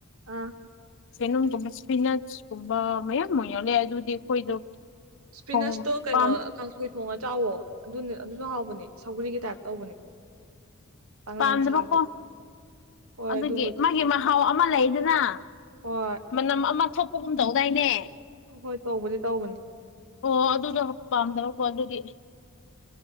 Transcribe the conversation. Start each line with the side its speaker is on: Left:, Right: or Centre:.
Right: ꯑꯥ
Left: ꯆ‌ꯦꯡꯒꯨꯝꯕꯁꯤꯅ ꯁꯨꯡꯕ ꯃꯌꯥꯝ ꯃꯌꯜꯂ ꯑꯗꯨꯗꯤ ꯑꯩꯈꯣꯏꯗꯣ
Right: ꯏꯁꯄꯤꯅꯁꯇꯣ
Left: ꯊꯣꯡꯕ
Right: ꯀꯩꯅꯣ
Left: ꯄꯥꯝ
Right: ꯀꯥꯡꯁꫭ ꯊꯣꯡꯉ ꯆꯥꯎꯋꯣ ꯑꯗꯨ ꯑꯗꯨꯁꯨ ꯍꯥꯎꯕꯅꯦ ꯁꯧꯒꯔꯤꯒꯤ ꯇꯥꯏꯞ ꯇꯧꯕꯅꯦ ꯄꯥꯡꯂꯪ
Left: ꯄꯟꯗꯕꯀꫭ
Right: ꯁꯥꯗꯣ ꯍꯣꯏ
Left: ꯑꯗꯨꯒꯤ
Right: ꯑꯗꯨꯕꯨꯗꯤ
Left: ꯃꯥꯒꯤ ꯃꯍꯥꯎ ꯑꯃ ꯂꯩꯗꯅ
Right: ꯍꯣꯏ
Left: ꯃꯅꯝ ꯑꯃ ꯊꯣꯛ ꯍꫭꯛꯀꯨꯝ ꯇꯧꯗꯥꯏꯅꯦ
Right: ꯍꯣꯏ ꯇꯧꯕꯗꯤ ꯇꯧꯕꯅꯦ
Left: ꯑꯣ ꯑꯗꯨꯗꯣ ꯄꯥꯝꯗꯕ ꯍꯣ ꯑꯗꯨꯗꯤ